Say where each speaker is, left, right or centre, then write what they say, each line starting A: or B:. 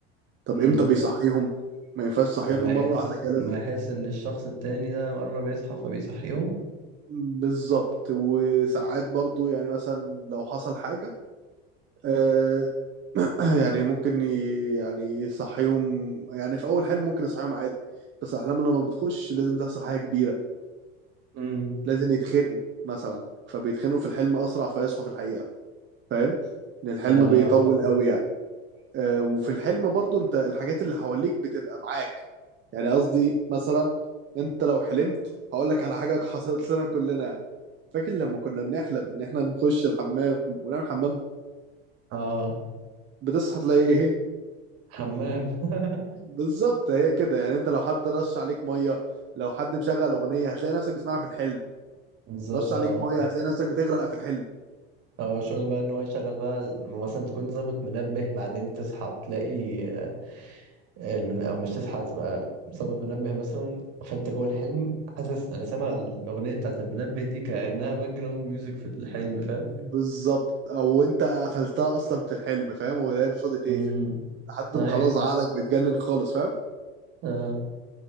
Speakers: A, on the right; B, on the right.
A: طب
B: امم
A: امتى بيصحيهم ما ينفعش تصحيهم
B: لما يحس
A: مره واحده كده لازم
B: لما يحس إن الشخص التاني ده قرب يصحى فبيصحيهم
A: بالظبط وساعات برضو يعني مثلا لو حصل حاجه آه <clears throat> يعني ممكن ي- يعني يصحيهم يعني في اول حلم ممكن يصحيهم عادي بس احلام لما بتخش لازم تحصل حاجه كبيره
B: امم
A: لازم يتخنقوا مثلا فبيتخنقوا في الحلم اسرع فيصحوا في الحقيقه فاهم ان الحلم
B: آه
A: بيطول
B: فاهم
A: قوي يعني آه، وفي الحلم برضو انت الحاجات اللي حواليك بتبقى معاك يعني قصدي مثلا انت لو حلمت هقول لك على حاجه حصلت لنا كلنا يعني فاكر لما كنا بنحلم ان احنا نخش الحمام ونعمل حمام
B: آه
A: بتصحى تلاقي ايه
B: حمام <laughs>
A: بالظبط هي كده يعني انت لو حد رش عليك ميه لو حد مشغل اغنيه هتلاقي نفسك بتسمعها في الحلم
B: بالظبط
A: رش عليك
B: آه
A: ميه هتلاقي نفسك بتغرق في الحلم
B: اه شغل بقى ان هو يشغل بقى الم- مثلا تكون ظابط منبه بعدين تصحى تلاقي آه، المن... او مش تصحى تبقى ظابط منبه مثلا فانت جوه الحلم حاسس يعني سامع الاغنيه بتاعت المنبه دي كانها باك جراوند ميوزك في الحلم فاهم
A: بالظبط او انت قفلتها اصلا في الحلم فاهم ولا هي مش راضي تقفل
B: امم
A: لحد ما
B: ايوه
A: خلاص عقلك بيتجنن خالص فاهم
B: اه